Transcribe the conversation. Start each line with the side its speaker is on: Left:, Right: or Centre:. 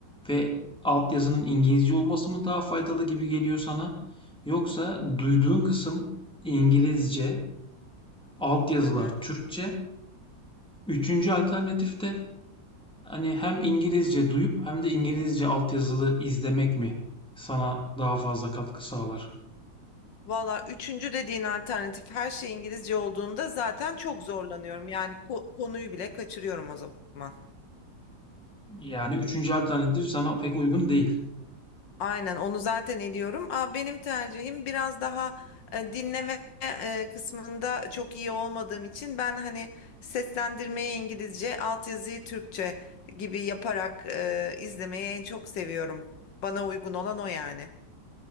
Centre: ve altyazının İngilizce olması mı daha faydalı gibi geliyor sana? Yoksa duyduğun kısım İngilizce, altyazılar
Left: Hı hı.
Centre: Türkçe, Üçüncü alternatif de, hani, hem İngilizce duyup hem de İngilizce altyazılı izlemek mi sana daha fazla katkı sağlar?
Left: Valla üçüncü dediğin alternatif her şey İngilizce olduğunda zaten çok zorlanıyorum. Yani ko- konuyu bile kaçırıyorum o zaman.
Centre: Yani üçüncü alternatif sana pek uygun değil.
Left: Aynen onu zaten ediyorum. Aa, benim tercihim biraz daha e, dinleme e, kısmında çok iyi olmadığım için ben hani seslendirmeyi İngilizce, altyazıyı Türkçe gibi yaparak e, izlemeyi en çok seviyorum. Bana uygun olan o yani.